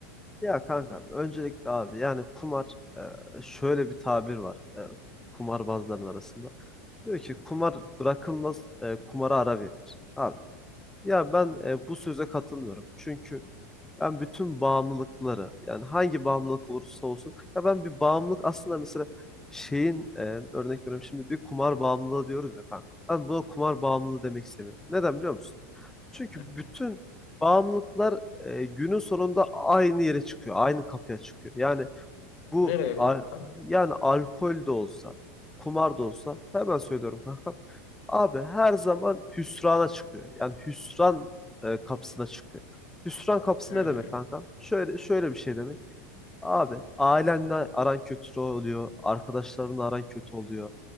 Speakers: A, in the centre; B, on the left (about 60°).
A: ya kankam öncelikle abi yani kumar e, şöyle bir tabir var e, kumarbazların arasında. Diyor ki kumar bırakılmaz e, kumara ara verilir. Abi ya ben e, bu söze katılmıyorum. Çünkü ben bütün bağımlılıkları yani hangi bağımlılık olursa olsun ya ben bir bağımlılık aslında mesela şeyin e, örnek veriyorum şimdi bir kumar bağımlılığı diyoruz ya kanka. Ben buna kumar bağımlılığı demek istemiyorum. Neden biliyor musun? Çünkü
B: Hı.
A: bütün bağımlılıklar e, günün sonunda aynı yere çıkıyor, aynı kapıya çıkıyor. Yani bu
B: Nereye
A: al-
B: kanka?
A: yani alkol de olsa, kumar da olsa hemen söylüyorum kanka. Abi her zaman hüsrana çıkıyor. Yani hüsran e, kapısına çıkıyor. Hüsran kapısı
B: Hmm.
A: ne demek kanka? Şöyle şöyle bir şey demek. Abi ailenle aran kötü oluyor, arkadaşlarınla aran kötü oluyor